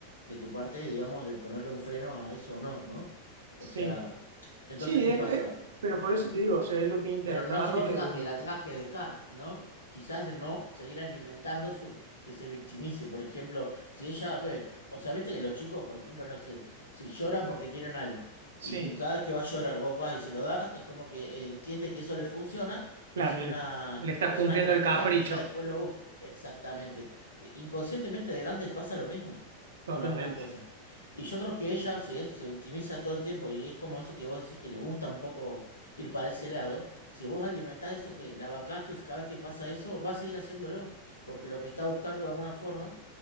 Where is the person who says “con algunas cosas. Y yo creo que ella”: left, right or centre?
Left